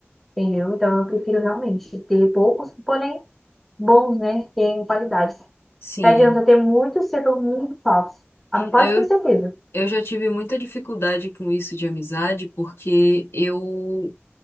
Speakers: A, in the centre; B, on the left.
A: Entendeu? Então eu prefiro realmente ter poucos, porém bons, né? Tem qualidade.
B: Sim,
A: Não adianta ter muito setor muito falso. Ah, mas pode
B: eu,
A: ter certeza.
B: eu já tive muita dificuldade com isso de amizade, porque eu,